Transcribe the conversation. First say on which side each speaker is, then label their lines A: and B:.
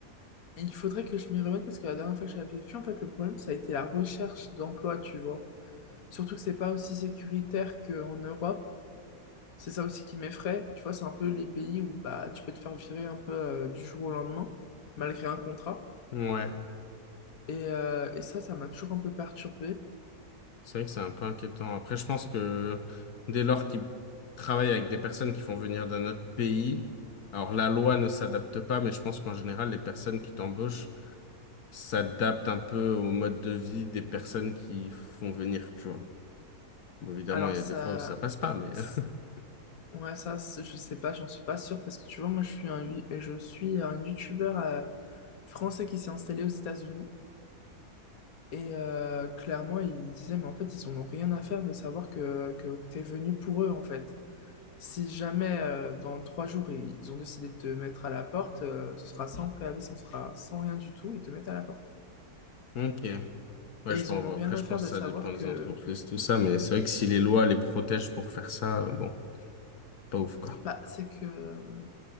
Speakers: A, on the left (about 65°); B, on the left (about 80°).
A: il faudrait que je m'y remette parce que la dernière fois que j'avais vu, en fait, le problème, ça a été la recherche d'emploi, tu vois. Surtout que c'est pas aussi sécuritaire qu'en Europe. C'est ça aussi qui m'effraie. Tu vois, c'est un peu les pays où bah, tu peux te faire virer un peu euh, du jour au lendemain, malgré un contrat.
B: Ouais,
A: Et, euh, et ça, ça m'a toujours un peu perturbée.
B: c'est vrai que c'est un peu inquiétant. Après, je pense que dès lors qu'ils travaillent avec des personnes qui font venir d'un autre pays, alors la loi ne s'adapte pas, mais je pense qu'en général, les personnes qui t'embauchent s'adaptent un peu au mode de vie des personnes qui font venir, tu vois. Bon, évidemment,
A: Alors,
B: il y
A: ça,
B: a des fois où ça passe pas, mais...
A: c'est-
B: <laughs>
A: ouais, ça, c'est- je sais pas, j'en suis pas sûre parce que tu vois, moi, je suis un, yu- je suis un YouTuber euh, français qui s'est installé aux États-Unis. Et euh, clairement, ils disaient, mais en fait, ils en ont rien à faire de savoir que, que t'es venu pour eux, en fait. Si jamais, euh, dans trois jours, ils, ils ont décidé de te mettre à la porte, euh, ce sera sans préavis, ce sera sans rien du tout, ils te mettent à la porte.
B: Ok. Ouais,
A: Et
B: je
A: ils
B: pense,
A: en ont rien
B: après,
A: à
B: je
A: faire
B: pense
A: de
B: que ça
A: savoir
B: dépend des
A: que,
B: entreprises, tout ça, mais c'est vrai que si les lois les protègent pour faire ça, euh, bon, pas ouf, quoi.
A: bah, c'est que euh,